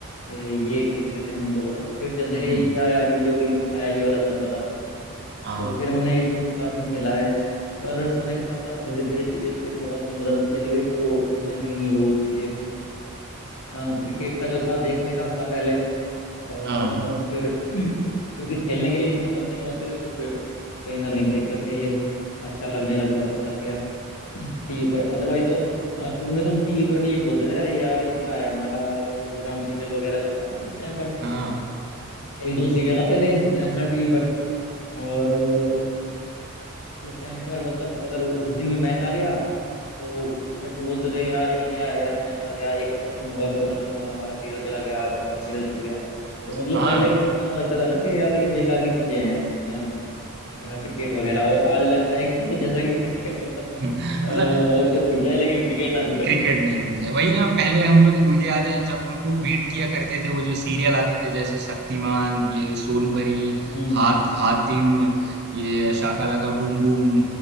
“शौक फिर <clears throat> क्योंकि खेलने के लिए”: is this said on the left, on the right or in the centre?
Left